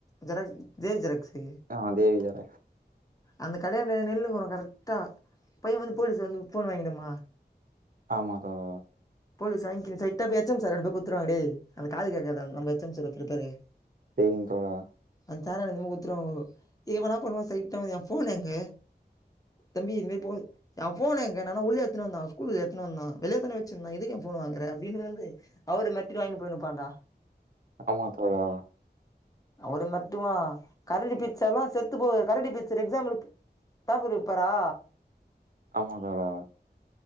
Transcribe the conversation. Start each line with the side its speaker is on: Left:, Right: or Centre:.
Left: ஜெராக்ஸ் ஜே ஜெராக்ஸு
Right: ஆ அது வேற
Left: அந்த கடையாண்ட நின்னுகோனு கரெக்டா பைய வந்து போலீஸ் வந்து ஃபோன் வாங்கிடுமா
Right: ஆமா தோழா.
Left: போலிஸ் வாய்ங்கினு ச எட்டப் ஹெச் எம் சாரான போ குத்துருவாங்க டேய் அந்த காது கேக்காது அந் நம் ஹெச் எம் சார் ஒருத்துருப்பாரே.
Right: தேரிங் தோழா.
Left: அந் சாராட எத்துன்மோ குத்துருவாங்கோ. இவ என்னா பண்ணுவா செயிட்டா வந்து எ ஃபோன் எங்க தம்பி இது மாரி போது எ ஃபோன் எங்க நா நா உள்ள எத்துனு வந்தா ஸ்கூலுகு எத்துனு வந்தா வெளிய தான வெ ச்சிந்த எதுக்கு எ ஃபோனு வாங்கற அப்டினு வந்து அவுர மெரட்டிட்டு வாங்னு போயினுப்பாண்டா.
Right: ஆமா தோழா.
Left: அவட மெர்ட்டுவா கரடி பீட்ஸ் எல்லா செத்து போவு கரடி பீட்சரு எக்சாம்ல ப் பேப்பரு விப்பாரா?
Right: ஆமா தோழா.